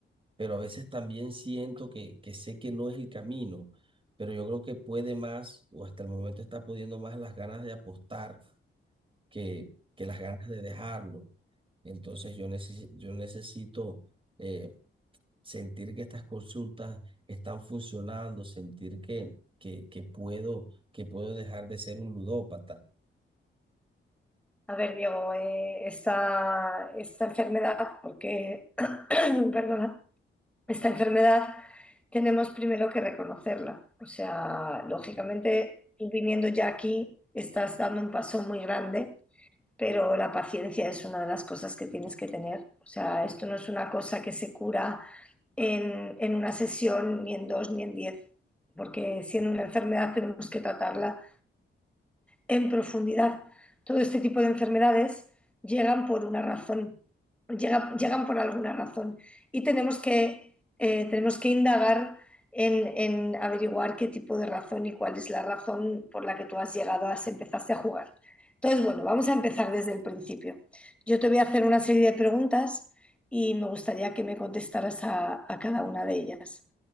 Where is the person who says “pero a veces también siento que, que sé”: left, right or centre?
Right